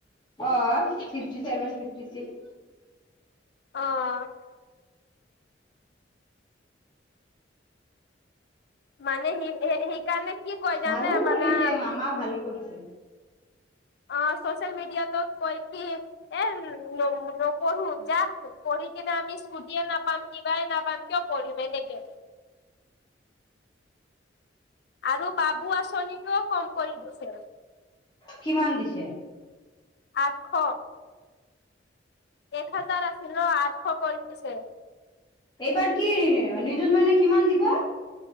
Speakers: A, on the left; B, on the left.
A: অ ফিফটি ছেভেন, ফিফ্টি ছিক্স।
B: অ মানে সি সেইকাৰণে কি কয় জানে
A: ভালো কৰিছে
B: মানে
A: মামা ভাল কৰিছে।
B: অ চচিয়েল মিডিয়াত কৈ কি, এ নকৰো যা পঢ়ি কিনে আমি স্কুটি এই নাপাম, কিবাই নাপাম, কিয় পঢ়িম এনেকে। আৰু বাবু আঁচনিটো অ কম কৰি দিছে।
A: কিমান দিছে?
B: আঠশ, এক হাজাৰ আছিল ন, আঠশ কৰি দিছে।
A: এইবাৰ কি ৰেনে, নিয়ুত মইনা কিমান দিব?